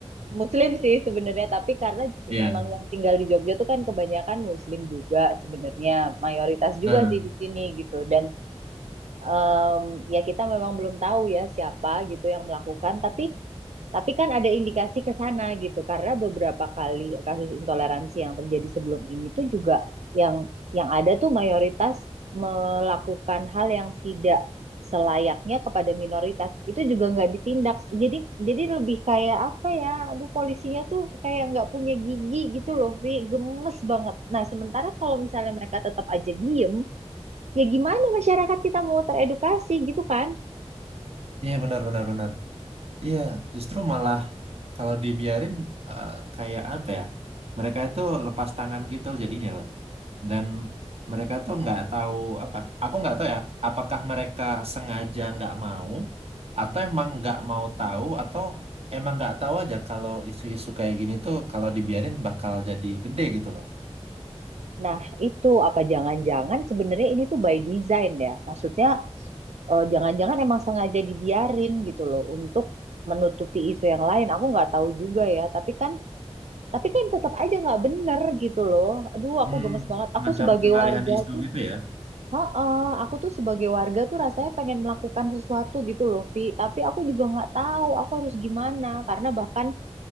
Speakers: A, on the right; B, on the right.
A: Muslim sih sebenarnya, tapi karena
B: Iya.
A: memang yang tinggal di Jogja tuh kan kebanyakan Muslim juga sebenarnya, mayoritas juga
B: Nah,
A: sih di sini gitu dan em, ya kita memang belum tahu ya siapa gitu yang melakukan, tapi tapi kan ada indikasi ke sana gitu karena beberapa kali kasus intoleransi yang terjadi sebelum ini tuh juga yang yang ada tuh mayoritas melakukan hal yang tidak selayaknya kepada minoritas itu juga nggak ditindak jadi jadi lebih kayak apa ya aduh polisinya tuh kayak nggak punya gigi gitu loh Vi gemes banget nah sementara kalau misalnya mereka tetap aja diem ya gimana masyarakat kita mau teredukasi gitu kan?
B: Iya benar benar benar. Iya, justru malah kalau dibiarin eh, kayak apa ya? Mereka itu lepas tangan gitu jadinya loh. Dan mereka tuh nggak tahu apa. Aku nggak tahu ya. Apakah mereka sengaja nggak mau, atau emang nggak mau tahu, atau emang nggak tahu aja kalau isu-isu kayak gini tuh kalau dibiarin bakal jadi gede gitu loh.
A: Nah, itu apa jangan-jangan sebenarnya ini tuh by design ya. Maksudnya eh, jangan-jangan emang sengaja dibiarin gitu loh untuk menutupi isu yang lain. Aku nggak tahu juga ya, tapi kan tapi kan tetap aja nggak bener gitu loh. Aduh, aku
B: hmm,
A: gemes banget. Aku
B: macam
A: sebagai
B: pengalihan
A: warga
B: isu
A: tuh,
B: gitu ya.
A: heeh, aku tuh sebagai warga tuh rasanya pengen melakukan sesuatu gitu loh, Vi. Tapi aku juga nggak tahu aku harus gimana karena bahkan